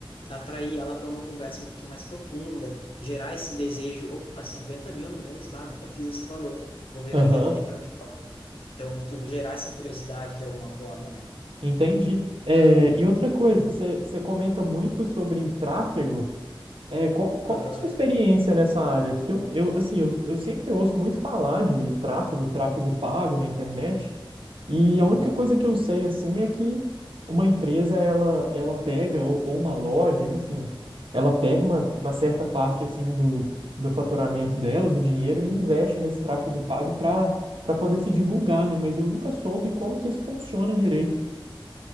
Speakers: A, on the left; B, on the right.
A: atrair ela para uma conversa um pouquinho mais profunda, gerar esse desejo, opa, 50 mil no mês, bah, nunca fiz esse valor, vou ver
B: aham,
A: o que que ele tem para me falar. Então tu gerar essa curiosidade de alguma forma, né?
B: Entendi. É, e outra coisa, você você comenta muito sobre tráfego. É, qual, qual
A: Aham.
B: que é a sua experiência nessa área? Porque eu, eu, assim, eu, eu sempre ouço muito falar de, de tráfego, tráfego pago na internet. E
A: Uhum.
B: a única coisa que eu sei, assim, é que uma empresa, ela, ela pega, ou, ou uma loja, enfim, ela pega
A: Uhum.
B: uma, uma certa parte, assim, do, do faturamento dela, do dinheiro, e investe nesse tráfego pago para para poder se divulgar, né? Mas eu nunca soube como que isso funciona direito.